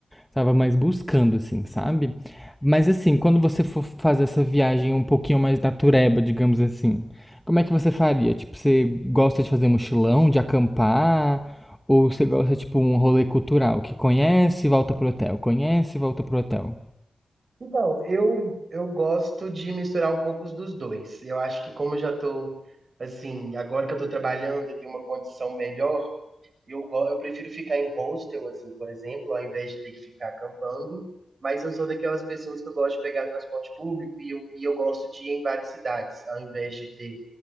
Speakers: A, in the centre; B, on the right.
A: Tava mais buscando, assim, sabe? Mas assim, quando você for fazer essa viagem um pouquinho mais natureba, digamos assim, como é que você faria? Tipo, você gosta de fazer mochilão, de acampar? Ou você gosta, tipo, um rolê cultural, que conhece e volta pro hotel, conhece e volta pro hotel?
B: Então, eu, eu gosto de misturar um pouco os dos dois. Eu acho que como eu já estou, assim, agora que eu estou trabalhando, eu tenho uma condição melhor, Eu, go- eu prefiro ficar em hostel, assim, por exemplo, ao invés de ter que ficar acampando. Mas eu sou daquelas pessoas que eu gosto de pegar transporte público e eu, e eu gosto de ir em várias cidades, ao invés de ter